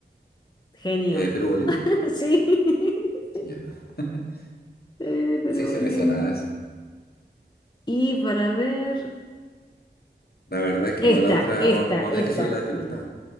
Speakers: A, on the left; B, on the left.
A: genio.
B: Eh, Perú, Bolivia.
A: <laughs> Sí, <laughs> sí,
B: Ya. <laughs>
A: eh, Perú,
B: Sí, sí
A: Bolivia.
B: me sonaba esa.
A: Y para ver,
B: La verdad que
A: esta,
B: para la otra
A: esta,
B: va- vamos a
A: esta.
B: tener que subir la dificultad,